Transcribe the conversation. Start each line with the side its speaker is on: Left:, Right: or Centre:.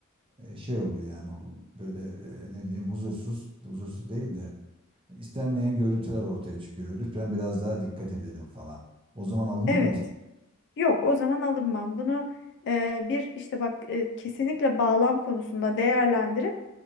Right: e, şey oluyor yani hu- böyle e, ne diyeyim huzursuz, huzursuz değil de istenmeyen görüntüler ortaya çıkıyor. Lütfen biraz daha dikkat edelim falan. O zaman alınır
Left: Evet.
Right: mı?
Left: Yok, o zaman alınmam. Bunu e, bir işte bak e, kesinlikle bağlam konusunda değerlendirip